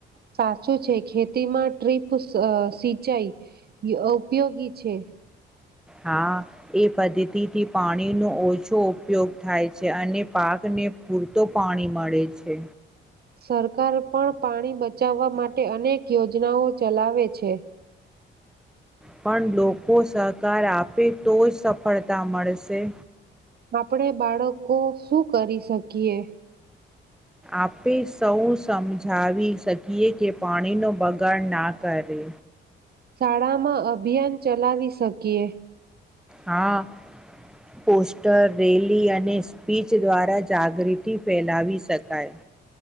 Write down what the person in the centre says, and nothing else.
હા એ પદ્ધતિથી પાણીનો ઓછો ઉપયોગ થાય છે અને પાકને પૂરતો પાણી મળે છે.
પણ લોકો સહકાર આપે તો જ સફળતા મળશે.
આપે સૌ સમજાવી શકીએ કે પાણીનો બગાડ ના કરે.
હા પોસ્ટર રેલી અને સ્પીચ દ્વારા જાગૃતિ ફેલાવી શકાય.